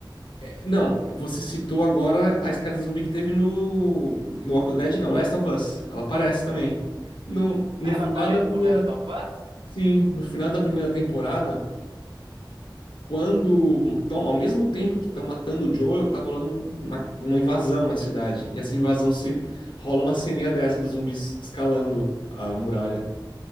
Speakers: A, on the left; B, on the right.
A: É, Não, você citou agora a escada zumbi que teve no, no Walking Dead, não, Last of Us. Ela aparece também. No, no
B: Ah, Ela
A: final
B: aparece
A: da primeira,
B: no Last of Us?
A: sim, no final da primeira temporada. Quando, tão, ao mesmo tempo que estão matando o Joel, tá rolando um- uma, uma invasão na cidade. E essa invasão se rola uma ceninha dessa dos zumbis escalando a muralha.